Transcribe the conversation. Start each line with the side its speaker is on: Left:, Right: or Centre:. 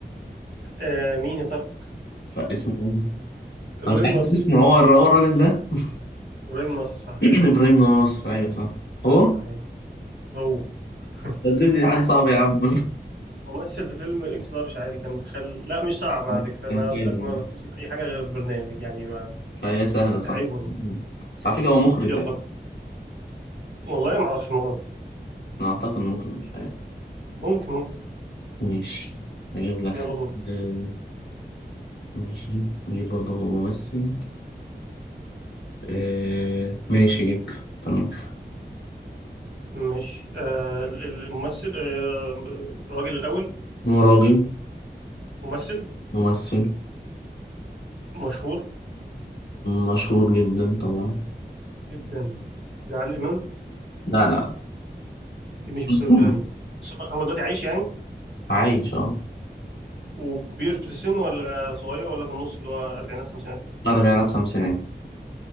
Right: آه مين يا ترى
Left: لا اسمه ايه
Right: ابراهيم
Left: انا مش عارف
Right: ناصر
Left: اسمه هو الر- هو الراجل ده <laughs>
Right: ابراهيم ناصر صح
Left: <clears throat> ابراهيم نصر ايوه صح هو
Right: صحيح هو <laughs>
Left: ده تجيب لي حد صعب يا عم
Right: هو ممثل في فيلم اكس لارج عادي كان خل... لا مش صعب
Left: <laughs>
Right: على فكره
Left: كان
Right: انا
Left: حلو
Right: قلت لك
Left: يعني
Right: ما مثلش في اي حاجه غير برنامج يعني ما...
Left: فهي سهلة صح
Right: عيب والله
Left: بس على فكرة هو مخرج
Right: يلا
Left: ده
Right: والله ما اعرفش الموضوع ده
Left: أنا أعتقد مخرج مش عارف
Right: ممكن ممكن
Left: ماشي هجيب لك حد
Right: يلا دور
Left: آه، ماشي نجيب برضه ممثل آه، ماشي جبت تمام
Right: مش آه ال- الممثل آه الراجل الاول
Left: هو راجل
Right: ممثل
Left: ممثل
Right: مشهور
Left: مشهور جدا طبعا
Right: جدا ده عادل امام
Left: لا لا
Right: اكيد مش بالسهوله
Left: مشهور
Right: دي بس هو هو دلوقتي عايش يعني
Left: عايش اه
Right: وكبير في السن ولا صغير ولا في النص اللي هو أربعينات خمسينات
Left: أربعينات خمسينات